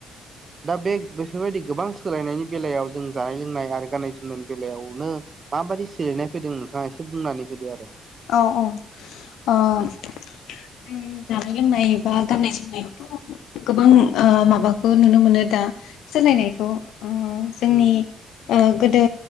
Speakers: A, on the right; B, on the left.
A: दा बे बेफोरबायदि गोबां सोलायनायनि बेलायाव जों जानाय लोंनाय आरो गाननाय जोमनायनि बेलायावनो माबायदि सोलायनाय फैदों नोंथाङा एसे बुंनानै होदो आरो।
B: औ औ ओ जों जानाय लोंनाय बा गाननाय जोमनायाव गोबां माबाखौ नुनो मोनो दा सोलायनायखौ जोंनि
A: उम
B: ओ गोदो